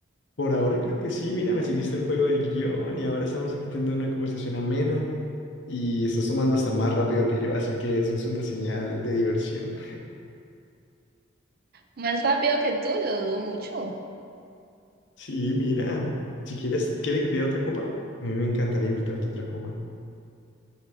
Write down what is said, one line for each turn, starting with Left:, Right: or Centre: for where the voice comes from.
Left: Por ahora creo que sí, mira, me seguiste el juego del guión y ahora estamos aquí teniendo una conversación amena y estás tomando hasta más rápido que yo, así que eso es una señal de diversión.
Right: Más rápido que tú, lo dudo mucho.
Left: Sí, mira, si quieres, ¿quiere que pida otra copa? A mí me encantaría invitarte a otra copa.